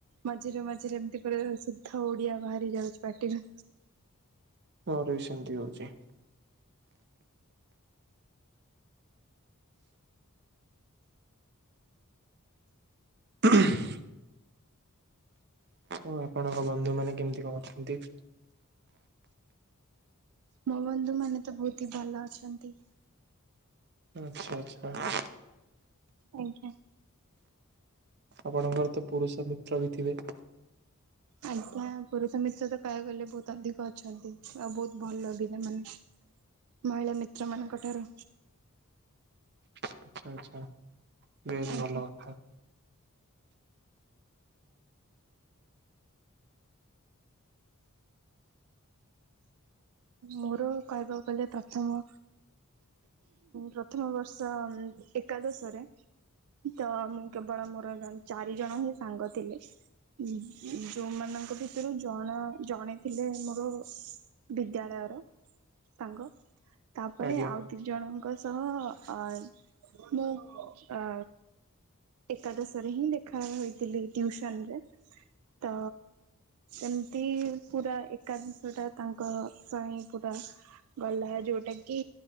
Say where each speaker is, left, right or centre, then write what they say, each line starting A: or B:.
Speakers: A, on the right (about 75°); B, on the right (about 50°).
A: ମଝିରେ ମଝିରେ ଏମିତି ଗୁଡାଏ ଶୁଦ୍ଧ ଓଡିଆ ବାହାରି ଯାଉଛି ପାଟିରୁ।
B: ମୋର ବି ସେମିତି ହେଉଛି। <unintelligible> ଓଃ ଆପଣଙ୍କ ବନ୍ଧୁମାନେ କେମିତି କଣ କଣଛନ୍ତି?
A: ମୋ ବନ୍ଧୁ ମାନେ ତ ବହୁତିହି ଭଲ ଅଛନ୍ତି।
B: ଆଚ୍ଛା ଆଚ୍ଛା।
A: ଆଜ୍ଞା।
B: ଆପଣଙ୍କର ତ ପୁରୁଷ ମିତ୍ର ବି ଥିବେ।
A: ଆଜ୍ଞା ପୁରୁଷ ମିତ୍ର ତ କହିବାକୁ ଗଲେ ବହୁତ ଅଧିକ ଅଛନ୍ତି। ଆଉ ବହୁତ ଭଲ ପିଲା ମାନେ ମହିଳା ମିତ୍ର ମାନଙ୍କ ଠାରୁ।
B: ଆଚ୍ଛା ଆଚ୍ଛା ବେଶ
A: ଆଜ୍ଞା।
B: ଭଲ କଥା।
A: ମୋର କହିବାକୁ ଗଲେ ପ୍ରଥମ ପ୍ରଥମ ବର୍ଷ ଏକାଦଶ ରେ ତ ମୁଁ କେବଳ ମୋର ଚାରି ଜଣ ହିଁ ସାଙ୍ଗ ଥିଲେ। ଉଁ ଉ ଯୋଉମାନଙ୍କ ଭିତରୁ ଜଣେ ଜଣେଥିଲେ ମୋର ବିଦ୍ୟାଳୟର ସାଙ୍ଗ ତାପରେ
B: ଆଜ୍ଞା
A: ଆଉ ଦି ଜଣଙ୍କ ସହ ଅ ମୁଁ ଅ ଏକାଦଶ ରେ ହିଁ ଦେଖା ହୋଇଥିଲି ଟିଉସନ ରେ। ତ ଏମିତି ପୁରା ଏକାଦଶଟା ତାଙ୍କ କହିଁ ପୁରା ଗଲା ଯୋଉଟା କି